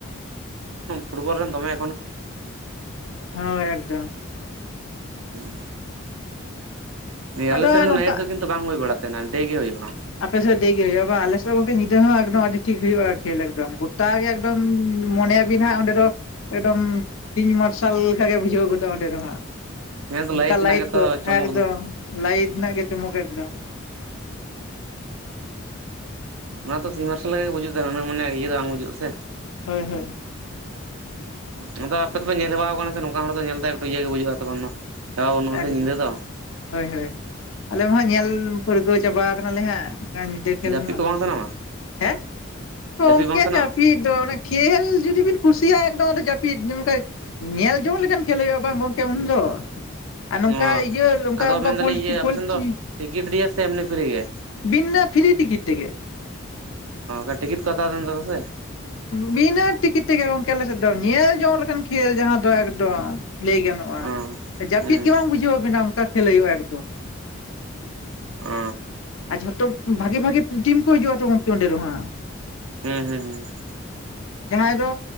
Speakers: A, on the right; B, on the left.
A: ᱯᱷᱩᱴᱵᱚᱞ ᱨᱮᱱ ᱫᱚᱢᱮ
B: ᱦᱳᱭ ᱮᱠᱫᱚᱢ
A: <unintelligible> ᱱᱤᱭᱟᱹ
B: ᱟᱫᱚ
A: ᱟᱞᱮ
B: ᱦᱟᱸᱜ
A: ᱥᱮᱱ ᱫᱚ
B: ᱱᱚᱝᱠᱟ
A: ᱱᱟᱭᱤᱴ ᱫᱚ ᱠᱤᱱᱛᱩ ᱵᱟᱝ ᱦᱩᱭ ᱵᱟᱲᱟᱜ ᱛᱟᱦᱮᱱᱟ ᱰᱮ ᱜᱮ ᱦᱩᱭᱩᱜᱼᱟ
B: ᱟᱯᱮᱥᱮᱫ ᱰᱮ ᱜᱮ ᱦᱩᱭᱩᱜᱼᱟ ᱵᱟᱝ ᱟᱞᱮ ᱥᱮᱫ ᱜᱚᱝᱠᱮ ᱧᱤᱫᱟᱹ ᱦᱚᱸ ᱮᱠᱫᱚᱢ ᱟᱹᱰᱤ ᱴᱷᱤᱠ ᱦᱩᱭᱩᱜᱼᱟ ᱠᱷᱮᱞ ᱜᱚᱴᱟ ᱜᱮ ᱮᱠᱫᱚᱢ ᱮᱠᱫᱚᱢ ᱢᱚᱱᱮᱭᱟ ᱵᱤᱱ ᱦᱟᱸᱜ ᱚᱸᱰᱮ ᱫᱚ ᱮᱠᱫᱚᱢ ᱥᱤᱧ ᱢᱟᱨᱥᱟᱞ ᱞᱮᱠᱟᱜᱮ ᱵᱩᱡᱷᱟᱹᱣ ᱜᱚᱫᱚᱜ-ᱟ ᱚᱸᱰᱮ ᱫᱚ ᱦᱟᱜ
A: ᱦᱮᱸ ᱛᱚ
B: ᱚᱱᱠᱟ
A: ᱨᱮᱱᱟᱜ
B: ᱞᱟᱭᱤᱴ
A: ᱜᱮᱛᱚ
B: ᱠᱚ
A: ᱪᱚᱢᱚᱠ
B: ᱮᱠᱫᱚᱢ
A: ᱫᱚ
B: ᱞᱟᱭᱤᱴ ᱨᱮᱱᱟᱜ ᱜᱮ ᱪᱩᱢᱠ ᱮᱠᱫᱚᱢ
A: <unintelligible> ᱚᱱᱟ ᱫᱚ ᱥᱤᱧᱢᱟᱨᱥᱟᱞ ᱞᱮᱠᱟᱜᱮ ᱵᱩᱡᱩᱜ ᱛᱟᱦᱮᱱᱟ ᱩᱱᱟᱹᱜ ᱢᱟᱱᱮ ᱤᱭᱟᱹ ᱫᱚ ᱵᱟᱝ ᱵᱩᱡᱷᱟᱜᱼᱟ ᱥᱮ
B: ᱦᱳᱭ ᱦᱳᱭ
A: ᱦᱩᱸ ᱟᱫᱚ ᱟᱯᱮ ᱫᱚᱚᱯᱮ ᱧᱮᱞ ᱦᱮᱣᱟ ᱟᱠᱟᱱᱟ ᱥᱮ ᱱᱚᱝᱠᱟ ᱦᱚᱲ ᱫᱚ ᱧᱮᱞ ᱛᱮ ᱤᱭᱟᱹ ᱜᱮ ᱵᱩᱡᱩᱜ-ᱟ ᱛᱚᱠᱷᱚᱱ ᱫᱚ ᱦᱮᱣᱟ ᱵᱟᱹᱱᱩᱜᱼᱟ
B: ᱮᱠᱫᱚᱢ
A: ᱥᱮ ᱧᱤᱫᱟᱹ ᱫᱚ
B: ᱦᱳᱭ ᱦᱳᱭ ᱟᱞᱮ ᱢᱟ ᱦᱟᱜ ᱧᱮᱞ ᱯᱟᱹᱨᱠᱟᱹᱣ ᱪᱟᱵᱟ ᱠᱟᱱᱟᱞᱮ ᱦᱟᱸᱜ ᱧᱤᱫᱟᱹ ᱠᱷᱮᱞ
A: ᱡᱟᱹᱯᱤᱫ
B: ᱢᱟ
A: ᱠᱚ ᱵᱟᱝ ᱥᱟᱱᱟᱣᱟ
B: ᱦᱮᱸ ᱜᱚᱝᱠᱮ
A: ᱡᱟᱹᱯᱤᱫ ᱵᱟᱝ ᱥᱟᱱᱟᱣᱟ
B: ᱡᱟᱹᱯᱤᱫ ᱫᱚ ᱚᱱᱟ ᱠᱷᱮᱞ ᱡᱩᱫᱤ ᱵᱤᱱ ᱠᱩᱥᱤᱭᱟᱜ-ᱟ ᱮᱠᱫᱚᱢ ᱟᱫᱚ ᱡᱟᱹᱯᱤᱫ ᱱᱤᱝᱠᱟ ᱧᱮᱞ ᱡᱚᱝ ᱞᱮᱠᱟᱱ ᱠᱷᱮᱞ ᱦᱩᱭᱩᱜ-ᱟ ᱵᱟᱝ ᱜᱚᱝᱠᱮ ᱩᱱᱫᱚ ᱟᱨ ᱱᱚᱝᱠᱟ
A: ᱚ
B: ᱤᱭᱟᱹ ᱱᱚᱝᱠᱟ
A: ᱟᱫᱚ
B: ᱚᱝᱠᱟ
A: ᱢᱮᱱᱫᱟᱞᱤᱧ
B: ᱯᱳᱞᱴᱤ
A: ᱤᱭᱟᱹ ᱟᱯᱮ
B: ᱯᱳᱞᱴᱤᱨᱤ
A: ᱥᱮᱱ ᱫᱚ ᱴᱤᱠᱤᱴ ᱫᱤᱭᱮ ᱥᱮ ᱮᱢᱱᱤ ᱯᱷᱤᱨᱤ ᱜᱮ
B: ᱵᱤᱱᱱᱟᱹ ᱯᱷᱤᱨᱤ ᱴᱤᱠᱤᱴ ᱛᱮᱜᱮ
A: ᱚ ᱴᱤᱠᱤᱴ ᱠᱚ ᱦᱟᱛᱟᱣ ᱫᱟ ᱱᱤᱛᱟᱨ ᱫᱚᱥᱮ
B: ᱵᱤᱱᱟᱹ ᱴᱤᱠᱤᱴ ᱛᱮᱜᱮ ᱜᱚᱝᱠᱮ ᱟᱞᱮᱥᱮᱫ ᱫᱚ ᱧᱮᱞ ᱡᱚᱝ ᱞᱮᱠᱟᱱ ᱠᱷᱮᱞ ᱡᱟᱦᱟᱸ ᱫᱚ ᱮᱠᱫᱚᱢ ᱞᱟᱹᱭ ᱜᱟᱱᱚᱜ-ᱟ
A: ᱚ
B: ᱡᱟᱹᱯᱤᱫ
A: ᱦᱩᱸ
B: ᱜᱮ ᱵᱟᱝ ᱵᱩᱡᱷᱟᱹᱣ ᱵᱤᱱᱟ ᱚᱱᱠᱟ ᱠᱷᱮᱞ ᱦᱳᱭᱳᱜ-ᱟ ᱮᱠᱫᱚᱢ
A: ᱚ
B: ᱟᱨ ᱡᱷᱚᱛᱚ ᱵᱷᱟᱜᱮ ᱵᱷᱟᱜᱮ ᱴᱤᱢ ᱠᱚ ᱦᱤᱡᱩᱜ-ᱟ ᱛᱚ ᱜᱚᱝᱠᱮ ᱚᱸᱰᱮ ᱨᱮᱦᱚᱸ
A: ᱦᱮᱸ ᱦᱩᱸ ᱦᱩᱸ
B: ᱡᱟᱦᱟᱸᱭ ᱫᱚ